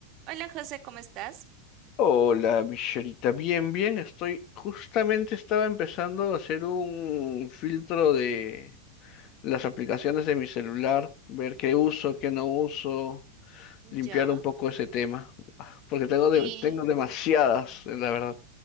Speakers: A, on the right; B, on the left.
A: Hola José, ¿cómo estás?
B: Hola, Michelita. Bien, bien, estoy. Justamente estaba empezando a hacer un filtro de las aplicaciones de mi celular, ver qué uso, qué no uso, limpiar
A: Ya.
B: un poco ese tema, ah, porque tengo, de-
A: Y
B: tengo demasiadas, eh, la verdad.